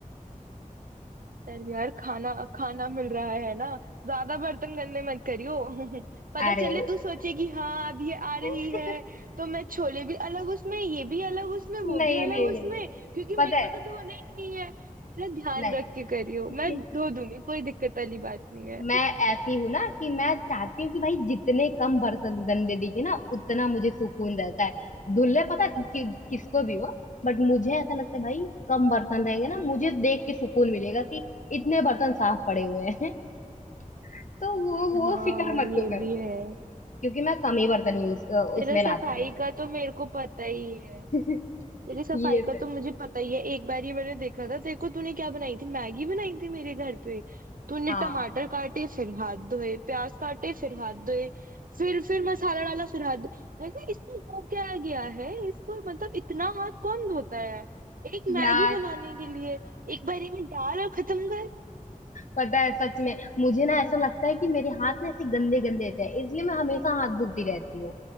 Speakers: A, on the right (about 80°); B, on the left (about 60°).
A: चल यार खाना खाना मिल रहा है ना ज्यादा बर्तन गंदे मत करियो <laughs> पता
B: अरे
A: चले तू सोचे कि हाँ अब ये आ रही
B: <laughs>
A: है तो मैं छोले भी अलग उसमें ये भी अलग उसमें वो
B: नहीं
A: भी अलग
B: नहीं
A: उसमें
B: नहीं
A: क्योंकि
B: पता
A: मेरे
B: है
A: को तो धोने ही नहीं है मेरा ध्यान
B: नहीं
A: रख के करियो
B: <laughs>
A: मैं धो दूंगी कोई दिक्कत वाली बात नहीं है
B: मैं ऐसी हूँ ना कि मैं चाहती हूँ कि भाई जितने कम बर्तन गंदे दिखे ना उतना मुझे सुकून रहता है धुलने पता कि, किसको भी हो बट मुझे ऐसा लगता है भाई कम बर्तन रहेंगे ना मुझे देख के सुकून मिलेगा कि इतने बर्तन साफ पड़े हुए हैं <laughs> तो वो वो
A: हाँ
B: फिक्र मत
A: ये
B: तो कर
A: भी है
B: क्योंकि मैं कम ही बर्तन यूज
A: तेरा
B: उसमें
A: सफाई
B: लाती हूँ
A: का तो मेरे को पता ही है
B: <laughs>
A: तेरी सफाई
B: ये
A: का
B: तो
A: तो
B: है
A: मुझे पता ही है एक बार ये मैंने देखा था देखो तूने क्या बनाई थी मैगी बनाई थी मेरे घर पे तूने
B: हाँ
A: टमाटर काटे फिर हाथ धोए प्याज काटे फिर हाथ धोए फिर फिर मसाला डाला फिर हाथ धोए मैं कहा इसको हो क्या गया है इसको मतलब इतना हाथ कौन धोता है एक मैगी
B: यार
A: बनाने के लिए एक बारी में डाल और खत्म
B: पता है सच में मुझे ना ऐसा लगता है कि मेरे हाथ ना ऐसे गंदे गंदे से है इसलिए मैं हमेशा हाथ धोती रहती हूँ